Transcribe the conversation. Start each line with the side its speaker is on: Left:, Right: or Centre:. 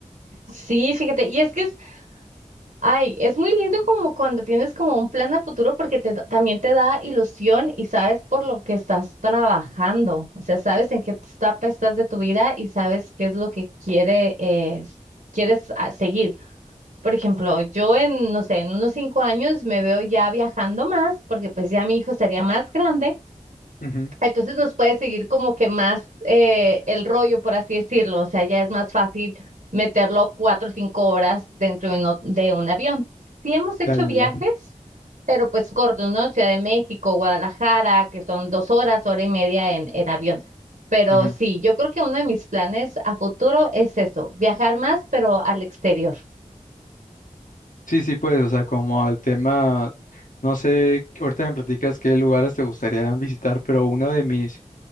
Right: Sí, fíjate, y es que es, ay, es muy lindo como cuando tienes como un plan a futuro porque te, da- también te da ilusión y sabes por lo que estás trabajando, o sea, sabes en qué etapa estás de tu vida y sabes qué es lo que quiere, eh, quieres ah, seguir. Por ejemplo, yo en, no sé, en unos cinco años me veo ya viajando más, porque pues ya mi hijo estaría más grande.
Left: Ujú,
Right: Entonces nos puede seguir como que más eh, el rollo, por así decirlo. O sea, ya es más fácil meterlo cuatro o cinco horas dentro de, uno- de un avión. Sí hemos hecho
Left: Ya, ya,
Right: viajes,
Left: ya.
Right: pero pues cortos, ¿no? Ciudad de México, Guadalajara, que son dos horas, hora y media en, en avión. Pero
Left: Ujú.
Right: sí, yo creo que uno de mis planes a futuro es eso, viajar más, pero al exterior.
Left: Sí, sí, pues, o sea, como al tema, no sé, ahorita me platicas qué lugares te gustaría visitar, pero uno de mis